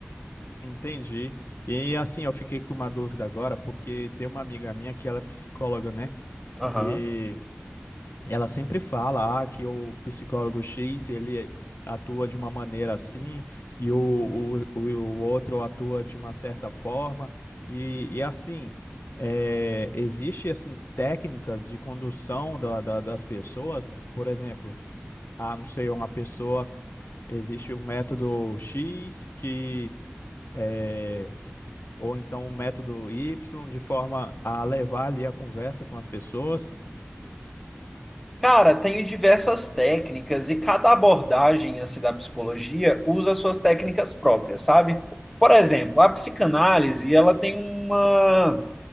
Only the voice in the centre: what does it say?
Aham.
Cara, tenho diversas técnicas e cada abordagem assim da psicologia usa suas técnicas próprias, sabe? Por exemplo, a psicanálise, ela tem uma